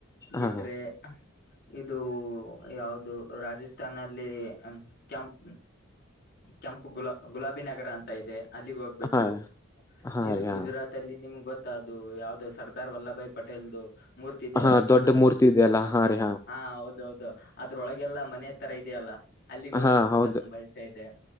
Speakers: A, on the left; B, on the left.
A: ಬಿಟ್ರೆ
B: ಹಾ
A: ಇದು. ಯಾದು ರಾಜಸ್ಥಾನಲ್ಲಿ ಕೆಂಪ್ ಕೆಂಪ್ ಗುಲಾಬಿ ಗುಲಾಬಿ ನಗರ ಅಂತ ಇದೆ ಅಲ್ಲಿಗೆ ಹೋಗ್ಬೇಕು
B: ಹಾ ಹಾ
A: ಇದು.
B: ರೀ
A: ಗುಜರಾತ್
B: ಹಾ
A: ಅಲ್ಲಿ ನಿಮ್ಗೆ ಗೊತ್ತ ಮ ಅದು ಯಾವದೋ ಸರ್ದಾರ್ ವಲ್ಲಭ ಭಾಯ್ ಪಟೇಲ್ದು. ಮೂರ್ತಿ ಇದೆಯಲ್ಲ
B: ಹಾ
A: ದೊಡ್ಡದು
B: ದೊಡ್ಡ ಮೂರ್ತಿ ಇದೆಯಲ್ಲ
A: ಹ
B: ಹಾ ರೀ
A: ಹಾ ಹೌದ ಹೌದು ಅದ್ರೊಳಗೆಲ್ಲ ಮನೆ. ತರ ಇದೆಯಲ್ಲ. ಅಲ್ಲಿಗ್ ಹೋಗ್ಬೇಕಂತ
B: ಹಾ ಹೌದು
A: ತುಂಬಾ ಇಷ ಇದೆ